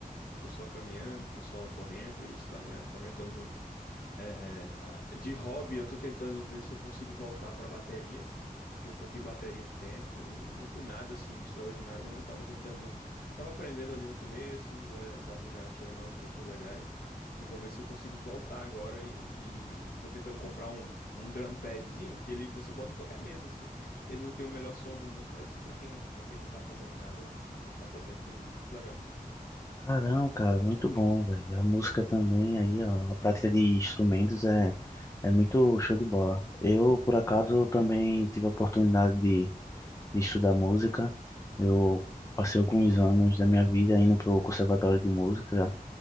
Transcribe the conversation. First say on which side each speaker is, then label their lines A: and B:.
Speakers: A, on the left; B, on the left.
A: Eu tô só caminhando, tô só correndo e isso tá me, tá me ajudando muito. É, a- de hobby, eu tô tentando ver se eu consigo voltar pra bateria, porque eu toquei bateria um tempo, não, não fui nada assim extraordinário, mas eu tava tentando, tava aprendendo ali no começo, é, tava já tirando umas músicas legais, e vou ver se eu consigo voltar agora e, e tô tentando comprar um, um drum padzinho, que ele você bota em qualquer mesa, assim, ele não tem o melhor som do mundo, mas pra quem, para quem não tá fazendo nada, é um passatempo muito legal.
B: Caramba, cara, muito bom, velho. A música também aí, ó, a prática de instrumentos é, é muito show de bola. Eu, por acaso,
A: Uhum.
B: também tive a oportunidade de, de estudar música. Eu passei alguns anos da minha vida indo pro Conservatório de Música